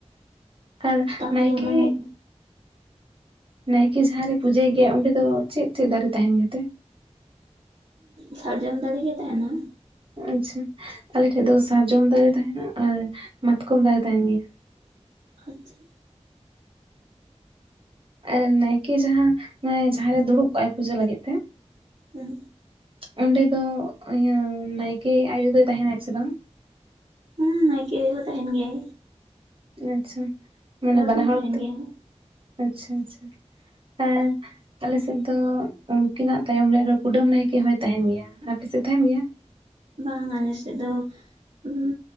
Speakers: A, on the right; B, on the right.
A: ᱟᱨ
B: ᱛᱟᱦᱚᱞᱮ
A: ᱱᱟᱭᱠᱮ
B: ᱢᱟᱱᱮ
A: ᱱᱟᱭᱠᱮ ᱡᱟᱦᱟᱸ ᱨᱮᱭ ᱯᱩᱡᱟᱹᱭ ᱜᱮᱭᱟ ᱚᱸᱰᱮ ᱫᱚ ᱪᱮᱫ ᱪᱮᱫ ᱫᱟᱨᱮ ᱛᱟᱦᱮᱸᱱ ᱜᱮᱛᱮ?
B: ᱥᱟᱨᱡᱚᱢ ᱫᱟᱨᱮ ᱜᱮ ᱛᱟᱦᱮᱸᱱᱟ᱾
A: ᱚ ᱟᱪᱪᱷᱟ, ᱟᱞᱮ ᱴᱷᱮᱡ ᱫᱚ ᱥᱟᱨᱡᱚᱢ ᱫᱟᱨᱮ ᱛᱟᱦᱮᱸᱱᱟ ᱟᱨ ᱢᱟᱛᱠᱚᱢ ᱫᱟᱨᱮ ᱛᱟᱦᱮᱸᱱ ᱜᱮᱭᱟ᱾
B: ᱟᱪᱪᱷᱟ
A: ᱟᱨ ᱱᱟᱭᱠᱮ ᱡᱟᱦᱟᱸ ᱢᱟᱱᱮ ᱡᱟᱦᱟᱸ ᱨᱮ ᱫᱩᱲᱩᱵ ᱠᱚᱜ-ᱟᱭ ᱯᱩᱡᱟᱹ ᱞᱟᱹᱜᱤᱫ ᱛᱮ
B: ᱦᱩᱸ᱾
A: ᱚᱸᱰᱮ ᱫᱚ ᱤᱭᱟᱹ ᱱᱟᱭᱠᱮ ᱟᱭᱳ ᱫᱚᱭ ᱛᱟᱦᱮᱸᱱᱟᱭ ᱥᱮ ᱵᱟᱝ?
B: ᱦᱮᱸ ᱱᱟᱭᱠᱮ ᱟᱹᱭᱩ ᱦᱚᱸ ᱛᱟᱦᱮᱸᱱ ᱜᱮᱭᱟᱭ᱾
A: ᱟᱪᱪᱷᱟ, ᱢᱟᱱᱮ ᱵᱟᱱᱟ
B: ᱠᱤᱱ
A: ᱦᱚᱲ
B: ᱛᱟᱦᱮᱱ
A: ᱛᱮ
B: ᱜᱮᱭᱟ
A: ᱟᱪᱪᱷᱟ ᱟᱪᱪᱷᱟ᱾ ᱦᱮᱸ ᱟᱞᱮ ᱥᱮᱫ ᱫᱚ ᱩᱱᱠᱤᱱᱟᱜ ᱛᱟᱭᱚᱢ ᱨᱮ ᱟᱨᱚ ᱠᱩᱰᱟᱹᱢ ᱱᱟᱭᱠᱮ ᱦᱚᱸᱭ ᱛᱟᱦᱮᱸᱱ ᱜᱮᱭᱟ, ᱟᱯᱮ ᱥᱮᱜ ᱛᱟᱦᱮᱸᱱ ᱜᱮᱭᱟ?
B: ᱵᱟᱝ ᱟᱞᱮ ᱥᱮᱫ ᱫᱚ ᱩᱸᱜ